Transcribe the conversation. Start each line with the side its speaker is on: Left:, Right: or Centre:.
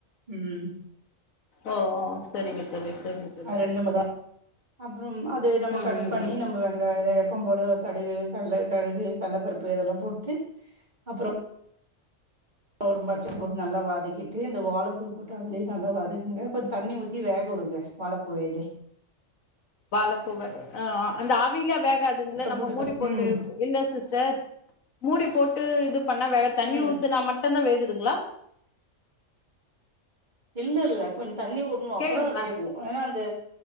Right: உம்
Left: ஓ ஓ சரிங்க தோழி சரிங்க தோழி
Right: அது ரெண்டு மட் தா அப்புறம் அது நம்ம
Left: ம்
Right: கட்
Left: ம்
Right: பண்ணி
Left: ம்
Right: நம்ம வெங்காய எப்போபோல கடுகு கள்ள கடுகு கள்ளப்பருப்பு இதெல்லா போட்டு அப்பறோ தோரம் பச்ச போட்டு நல்ல வதக்கி டி அந்த வாழப்பு போட் அதுலயே நல்லா வதங்க கொஞ்சோ தண்ணி ஊத்தி வேக உடுங்க வாழப்பூ இது
Left: வாழப்பூவ ஆ அந்த ஆ விங்க வ வேகாதுங்கள
Right: முட்ட
Left: நம்ம மூடி
Right: கறி
Left: போட்டு
Right: ம்
Left: இல்ல சிஸ்டர் மூடி போட்டு இது பண்ண வேக தண்ணி
Right: ம்
Left: ஊத்துனா மட்டும்தான வேகுது ங்களா
Right: இல்ல இல்ல கொஞ்சோ தண்ணி உட்ணு அப்பதான
Left: கேக்குதுங்களா
Right: வேகும் ஏன்னா அந்த